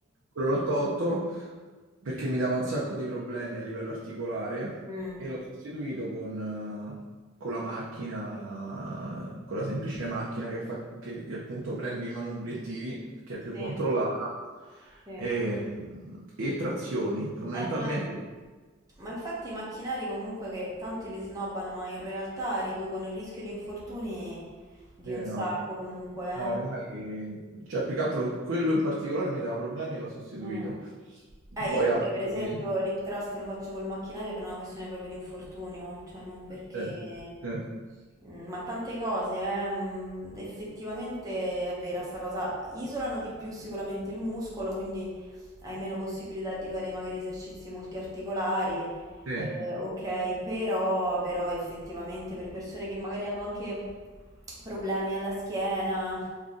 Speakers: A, on the right (about 75°); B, on the right (about 15°).
A: Quello l'ho tolto perché mi dava un sacco di problemi a livello articolare
B: Mm,
A: e l'ho sostituito con, eh, con la macchina, con la semplice macchina che, fa, che, che appunto prendi i manubri e tiri, che è più
B: sì.
A: controllata,
B: Sì.
A: e, mm, e trazioni. Fondamentalmente,
B: Eh, ma, ma infatti i macchinari comunque che tanti li snobbano, ma in realtà riducono il rischio di infortuni di
A: sì,
B: un sacco
A: no, no.
B: comunque, eh.
A: No, ormai, cioè, più che altro quello in particolare mi dava problemi e l'ho sostituito.
B: Mm. Eh,
A: Poi
B: io pure
A: altri...
B: per esempio l'hip trust lo faccio col macchinario per una questione proprio di infortunio, cioè non perché...
A: Certo, certo,
B: Mm, Ma tante cose, eh, mm, Effettivamente è vera sta cosa. Isolano di più sicuramente il muscolo, quindi hai meno possibilità di fare magari esercizi multiarticolari
A: sì,
B: eh, ok, però, però effettivamente per persone che magari hanno anche problemi alla schiena,